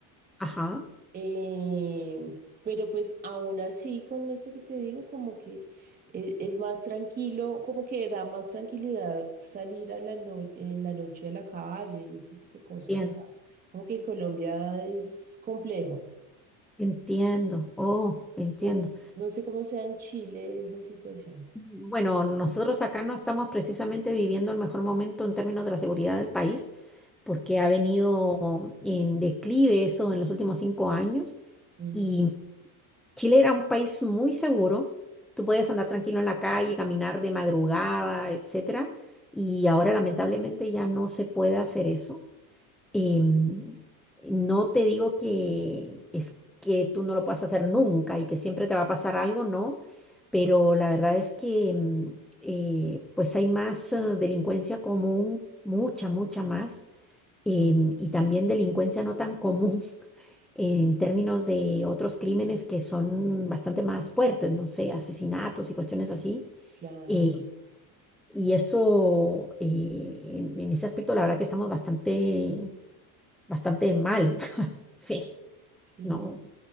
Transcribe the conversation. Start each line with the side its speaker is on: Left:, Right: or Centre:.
Centre: Ajá.
Right: eh, pero pues aún así, con esto que te digo, como que e- es, más tranquilo, como que da más tranquilidad salir a la no- en la noche a la calle y este tipo de cosas
Centre: Bien.
Right: acá. Como que en Colombia es complejo.
Centre: Entiendo. Oh, entiendo.
Right: No, no sé cómo sea en Chile esa situación.
Centre: Bueno, nosotros acá no estamos precisamente viviendo el mejor momento en términos de la seguridad del país, porque ha venido en declive eso en los últimos cinco años.
Right: Ujú,
Centre: Y Chile era un país muy seguro, tú podías andar tranquilo en la calle, caminar de madrugada, etcétera, y ahora lamentablemente ya no se puede hacer eso. Em, no te digo que es que tú no lo puedas hacer nunca y que siempre te va a pasar algo, no, pero la verdad es que em, eh, pues hay más eh, delincuencia común, mucha, mucha más, em, y también delincuencia no tan común en términos de otros crímenes que son bastante más fuertes, no sé, asesinatos y cuestiones así.
Right: Claro.
Centre: eh, y eso, eh, en, en ese aspecto, la verdad que estamos bastante, bastante mal. <laughs> Sí,
Right: Sí.
Centre: no.